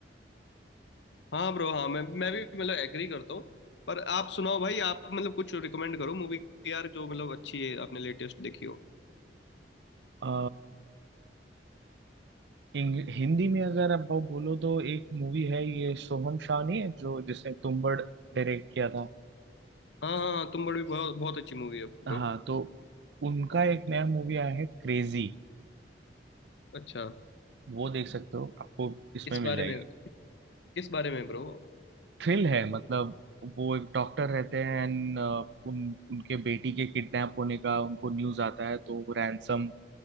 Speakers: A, on the left (about 80°); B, on the right (about 75°).
A: हाँ ब्रो हाँ मैं मैं भी मतलब एग्री करता हूँ पर आप सुनाओ भाई आप मतलब कुछ रिकमेंड करो मूवी यार जो मतलब अच्छी है आपने लेटेस्ट देखी हो
B: अ, इंग- हिंदी में अगर आप बोलो तो एक मूवी है ये सोहम शाह नहीं है जो जिसने तुम्बड़ डायरेक्ट किया था
A: हाँ हाँ हाँ तुम बड़ी बहुत बहुत अच्छी मूवी है ब्रो
B: हाँ तो उनका एक नया मूवी आया है क्रेजी
A: अच्छा
B: वो देख सकते हो आपको इसमें
A: किस
B: मिल
A: बारे
B: जाएगी
A: में किस बारे में ब्रो
B: थ्रिल है मतलब वो एक डॉक्टर रहते हैं एंड उन उनके बेटी के किडनैप होने का उनको न्यूज आता है तो वो रैंसम